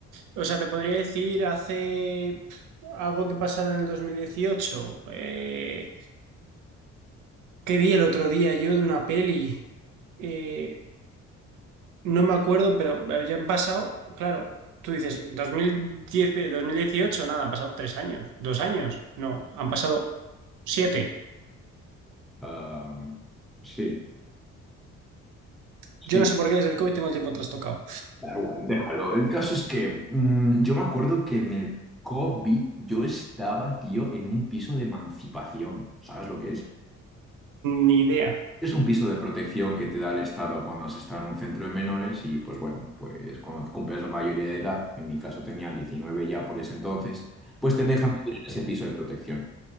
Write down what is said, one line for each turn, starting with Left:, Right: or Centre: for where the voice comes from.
Right: o sea, te podría decir hace algo que pasara en el 2018. Eh, ¿Qué vi el otro día yo de una peli. Eh, no me acuerdo, pero ya han pasado, claro, tú dices, dos mil diez, eh, 2018, nada, han pasado tres años, dos años, no, han pasado siete.
Centre: Ah, sí,
Right: Yo
Centre: sí.
Right: no sé por qué desde el COVID tengo el tiempo trastocado.
Centre: Da igual, déjalo. El caso es que mm, yo me acuerdo que en el COVID yo estaba, tío, en un piso de emancipación. ¿Sabes lo que es?
Right: Ni idea.
Centre: Es un piso de protección que te da el Estado cuando has estado en un centro de menores y pues bueno, pues cuando cumples la mayoría de edad, en mi caso tenía 19 ya por ese entonces, pues te dejan vivir en ese piso de protección.